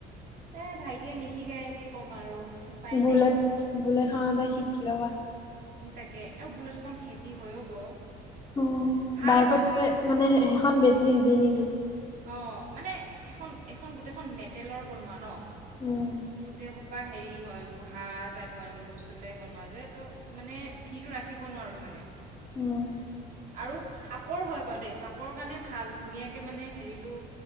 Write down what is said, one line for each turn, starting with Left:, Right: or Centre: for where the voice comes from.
Right: এই ভাইটিয়ে নিশিকায়, কি ক'ম আৰু। উপায়
Left: বুলেট
Right: নাই
Left: বুলেটখনতে শিকি ল'বা।
Right: উ তাকে আৰু বুলেটখন হেভি হয় ও ব।
Left: উম,
Right: ভাল
Left: বাইকতকে মানে হে সেখন বেছি হেভী নেকি?
Right: অ', মানে সেইখন এইখন গোটেইখন মেটেলৰ বনোৱা ন।
Left: উম,
Right: গোটে সোপা হেৰি হয়, লোহাত টাইপৰ এনেকুৱা বস্তুবিলাকে বনোৱা যে তো মানে ভিৰটো ৰাখিব নোৱাৰোঁ মানে।
Left: উম।
Right: আৰু চাপৰ হয় বাৰু দেই। চাপৰ কাৰণে ভাল ধুনীয়াকে মানে হেৰিটো,